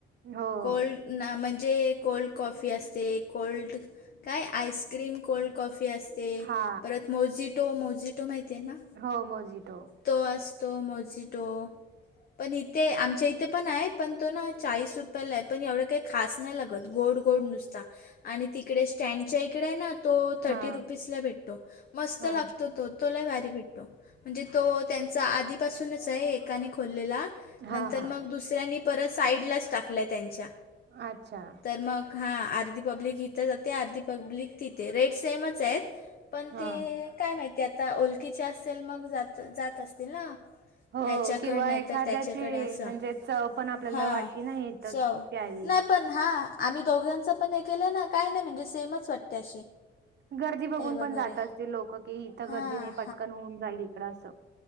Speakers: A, on the right; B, on the left.
A: हो
B: कोल्ड ना, म्हणजे कोल्ड कॉफी असते. कोल्ड काय आईस्क्रीम कोल्ड कॉफी असते.
A: हा
B: परत मोजिटो, मोजिटो माहिती आहे ना?
A: हो मोजीटो.
B: तो असतो मोजिटो. पण इथे आमच्या इथे इथं पण आहे, पण तो ना चाळीस रूपये पला आहे. पण एवढं काही खास नाही लागत. गोड गोड नुसता आणि तिकडे स्टँडच्या इकडे आहे ना तो थर्टी
A: हा
B: रुपीजला भेटतो. मस्त
A: हा
B: लागतो तो. तो लय भारी भेटतो. म्हणजे तो त्यांचा आधीपासूनच आहे एकाने खोललेला
A: हा
B: नंतर
A: हा
B: मग दुसऱ्यांनी परत साईडलाच टाकलंय त्यांच्या.
A: अच्छा.
B: तर मग हा अर्धी पब्लिक इथं जाते. अर्धी पब्लिक तिथे. रेट सेमच आहेत पण
A: हा
B: ते काय माहिती आता, ओलकीचे असेल मग जात जात असतील ना.
A: हो
B: ह्याच्याकडे
A: किंवा
B: नाही
A: एखाद्याची
B: तर त्याच्याकडे असा.
A: म्हणजे चव पण आपल्याला
B: हा
A: वाटली ना इथंच
B: चव
A: प्यावी
B: <inaudible> नाही पण हा. आम्ही दोघांच पण हे केलं ना, काय नाही म्हणजे सेमच वाटते अशी.
A: गर्दी बघून
B: हे वगैरे
A: पण जात असतील लोक की, इथं
B: हां
A: गर्दीने पटकन होऊन जाईल इकडं असं.